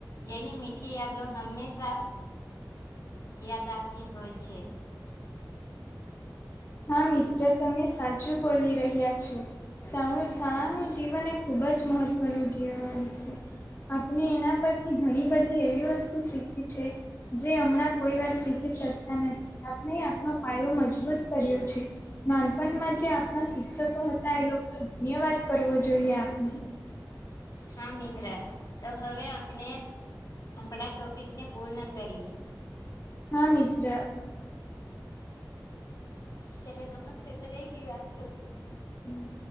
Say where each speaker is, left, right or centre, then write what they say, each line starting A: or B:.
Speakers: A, on the left; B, on the left.
A: જેની મીઠી યાદો હંમેશા યાદ આાવતી હોય છે.
B: હા, મિત્ર તમે સાચું બોલી રહ્યા છો <inaudible> જીવન એ ખૂબ જ મહત્વનું જીવન છે આપણે એના પરથી ઘણી બધી એવી વસ્તુ શીખ જે હમણાં કોઈ વાર શીખી શકતા નથી, આપણે આપનો પાયો મજબૂત કર્યો છે. નાનપણમાં જે આપણા શિક્ષકો હતા એ લોકોનો ધન્યવાદ કરવો જોઈએ આપણે,
A: હા, મિત્ર તો હવે આપણે આપણા ટોપિકને પૂર્ણ કરીએ.
B: હા, મિત્ર
A: ચલે નમસ્તે તો રહી ગયું આપડું.
B: હમ્મ